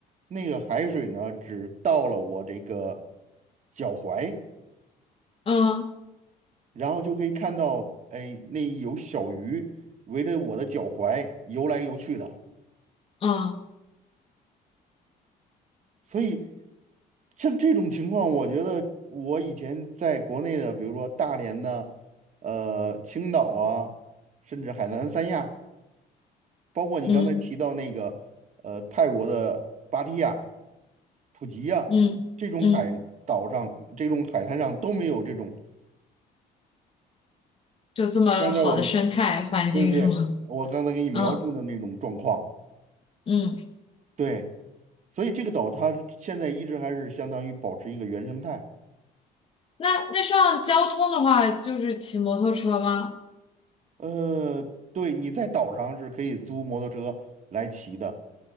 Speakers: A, on the right; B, on the left.
A: 那个海水呢，只到了我这个脚踝，
B: 嗯
A: 然后就可以看到，哎，那有小鱼围着我的脚踝游来游去的。
B: 嗯
A: 所以像这种情况，我觉得我以前在国内的，比如说大连呢，呃，青岛啊，甚至海南三亚，包括你刚才提到那个呃泰国的芭提雅、
B: 嗯
A: 普吉呀、
B: 嗯嗯，
A: 这种海岛上、这种海滩上都没有这种。
B: 就这么好的生态环境是吗？
A: 刚才我们对对对，我刚才给你描述的那种状况，
B: <laughs> 嗯嗯，
A: 对，所以这个岛它现在一直还是相当于保持一个原生态。
B: 那那上交通的话，就是骑摩托车吗？
A: 呃，对，你在岛上是可以租摩托车来骑的，